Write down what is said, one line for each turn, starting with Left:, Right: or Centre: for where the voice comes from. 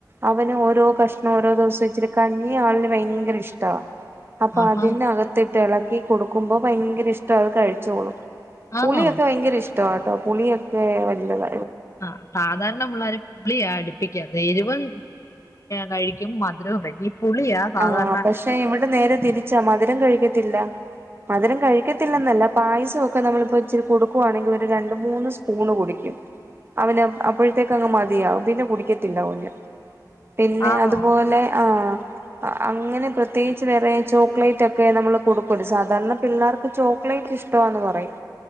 Right: അവന് ഓരോ കഷ് ഓരോ ദിവസം ഇച്ചിരിക്കഞ്ഞി ആളിന്ന് ഭയങ്കര ഇഷ്ട്ടവ അപ്പൊ
Left: ആഹാ
Right: അതിനകത്തിട്ട് ഇളക്കി ഈ കൊടുക്കുമ്പോ ഭയങ്കര ഇഷ്ട അത് കഴിച്ചോളും പുളിയൊക്കെ
Left: ആന്നോ
Right: ഭയങ്കര ഇഷ്ടവാട്ടോ പുളിയൊക്കെ വല്ലത
Left: ആ സാധാർണ പിള്ളാര് പുളിയാടുപ്പിക്കാതെ എരിവും കഴിക്കും മധുരവും കഴിക്കും പുളിയാ സാധാരണ
Right: ആ പക്ഷെ ഇവിടെ നേരെ തിരിച്ച മധുര മധുരം കഴിക്കത്തില്ല മധുരം കഴിക്കത്തില്ലന്നല്ല പായസമൊക്കെ നമ്മളിപ്പോ ഇച്ചിരി കൊടുക്കുവാണെങ്കിഒരു രണ്ട് മൂന്ന് സ്പൂണ് കുടിക്കും അവന് അപ്പോയത്തേക്ക് അങ്ങ് മതിയാവും പിന്നെ കുടിക്കത്തില്ല കു ഞ്ഞ് പിന്നെ
Left: ആണോ
Right: അതുപോലെ ആ അങ്ങനെ പ്രത്യേ കിച്ച് വേറെ ചോക്ലേറ്റ് ഒക്കെ നമ്മള് കൊടുക്കോല്ലോ സാധാരണ പിള്ളേർക്ക് ചോക്ലേറ്റ് ഇഷ്ടവാന്ന് പറയും